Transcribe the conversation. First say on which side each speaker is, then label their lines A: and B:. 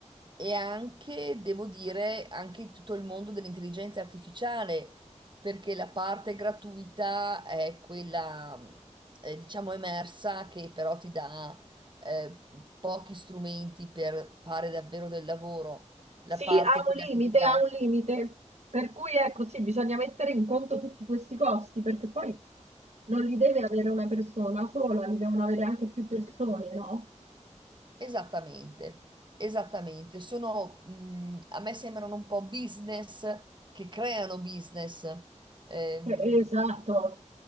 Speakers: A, on the right (about 40°); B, on the right (about 60°).
A: e anche, devo dire, anche tutto il mondo dell'intelligenza artificiale, perché la parte gratuita è quella, mh, eh, diciamo, emersa che però ti dà eh, pochi strumenti per fare davvero del lavoro. La
B: Sì,
A: parte
B: ha
A: quella
B: un limite,
A: che ti dà
B: ha un limite. Per cui ecco, sì, bisogna mettere in conto tutti questi costi, perché poi non li deve avere una persona sola, li devono avere anche più persone, no?
A: esattamente, esattamente. Sono, mh, a me sembrano un po' business che creano business. Ehm,
B: Eh, Esatto.